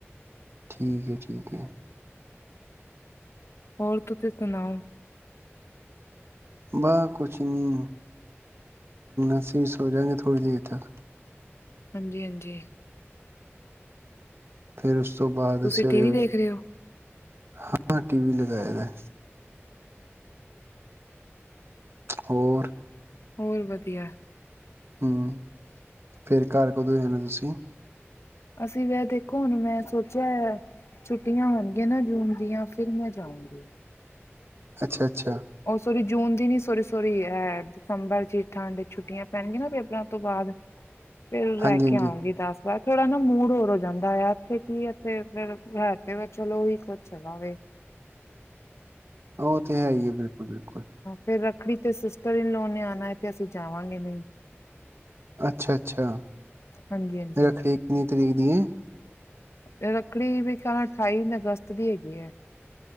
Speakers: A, on the right; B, on the left.
A: ਠੀਕ ਐ, ਠੀਕ ਐ।
B: ਹੋਰ ਤੁਸੀਂ ਸੁਣਾਓ?
A: ਬਾਹ ਕੁਛ ਨ੍ਹੀਂ, ਅਸੀ ਸੋ ਜਾਂਗੇ ਥੋੜੀ ਦੇਰ ਤੱਕ।
B: ਹਾਂਜੀ, ਹਾਂਜੀ।
A: ਫਿਰ ਉਸ ਤੋਂ ਬਾਅਦ
B: ਤੁਸੀਂ
A: ਸਵੇਰੇ,
B: ਟੀ ਵੀ ਦੇਖ ਰਹੇ ਹੋ
A: ਹਾਂ ਟੀ ਵੀ ਲਗਾਇਆ ਦਾ। ਹੋਰ।
B: ਹੋਰ ਵਧੀਆ।
A: ਹਂ ਫੇਰ ਘਰ ਕਦੋਂ ਜਾਣਾ ਤੁਸੀਂ।
B: ਅਸੀਂ ਵੈਹੇ ਦੇਖੋ ਹੁਣ ਮੈਂ ਸੋਚਿਆ ਹੋਇਆ ਛੁੱਟੀਆਂ ਹੋਣਗੀਆਂ ਨਾ ਜੂਨ ਦੀਆਂ ਫਿਰ ਮੈਂ ਜਾਉਂਗੀ।
A: ਅੱਛਾ, ਅੱਛਾ।
B: ਉਹ ਸੋਰੀ ਜੂਨ ਦੀ ਨੀਂ ਸੋਰੀ, ਸੋਰੀ ਐ ਦਸੰਬਰ ਚ ਠੰਡ ਛੁੱਟੀਆਂ ਪੈਣਗੀਆਂ ਨਾ ਪੇਪਰਾਂ ਤੋਂ ਬਾਅਦ ਫੇਰ ਰਹਿ
A: ਹਾਂਜੀ
B: ਕੇ
A: ਹਾਂਜੀ
B: ਆਉਂਗੀ ਦਸ ਬਾਦ ਥੋੜਾ ਨਾ ਮੂਡ ਹੋਰ ਹੋ ਜਾਂਦਾ ਆ ਇੱਥੇ ਕੀ ਇਥੇ ਫਿਰ ਹੈ ਤੇ ਵ ਚਲੋ ਉਹੀ ਕੁਸ਼ ਹੈਗਾ ਵੇ।
A: ਉਹ ਤੇ ਹੈ ਹੀ ਹੈ ਬਿਲਕੁਲ, ਬਿਲਕੁਲ।
B: ਫਿਰ ਰੱਖੜੀ ਤੇ ਸਿਸਟਰ ਇਨਲੋ ਨੇ ਆਉਣਾ ਹੈ ਤੇ ਅਸੀਂ ਜਾਵਾਂਗੇ ਨਹੀਂ।
A: ਅੱਛਾ, ਅੱਛਾ।
B: ਹਾਂਜੀ, ਹਾਂਜੀ।
A: ਰੱਖੜੀ ਕਿੰਨੀ ਤਰੀਕ ਦੀ ਹੈ
B: ਰੱਖੜੀ ਮੇਰੇ ਖਿਆਲ ਅਠਾਈ ਅਗਸਤ ਦੀ ਹੈਗੀ ਹੈ।